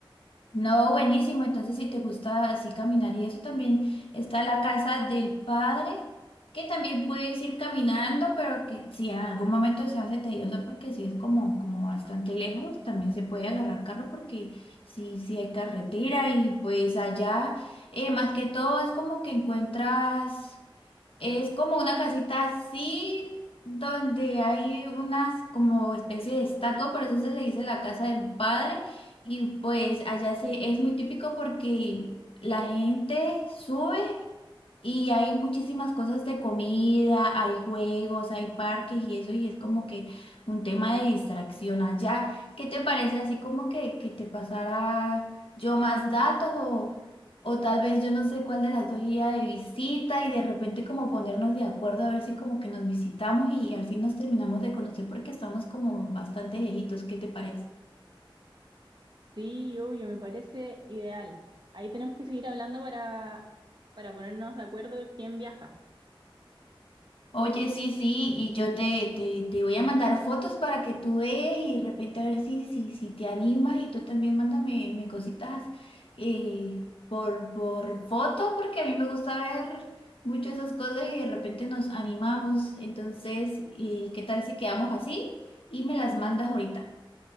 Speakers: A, on the left; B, on the right.
A: No, buenísimo. Entonces, si te gusta así caminar y eso, también está la casa del padre, que también puedes ir caminando, pero que si en algún momento se hace tedioso, porque si es como, como bastante lejos, también se puede agarrar carro porque sí, sí hay carretera y pues allá, eh, más que todo, es como que encuentras... Es como una casita así donde hay unas como especie de estatua, por eso se le dice la casa del padre. Y pues allá se, es muy típico porque la gente sube y hay muchísimas cosas de comida, hay juegos, hay parques y eso, y es como que un tema de distracción allá. ¿Qué te parece así como que, que te pasara yo más datos o tal vez yo no sé cuál de las dos iba de visita y de repente como ponernos de acuerdo a ver si como que nos visitamos y al fin nos terminamos de conocer porque estamos como bastante lejitos. ¿Qué te parece?
B: Sí, obvio, me parece ideal. Ahí tenemos que seguir hablando para, para ponernos de acuerdo quién viaja.
A: Oye, sí, sí, y yo te, te, te voy a mandar fotos para que tú veas y de repente a ver si, si, si te animas y tú también mándame me cositas eh, por, por foto porque a mí me gusta ver mucho esas cosas y de repente nos animamos. Entonces, ¿y qué tal si quedamos así y me las mandas ahorita?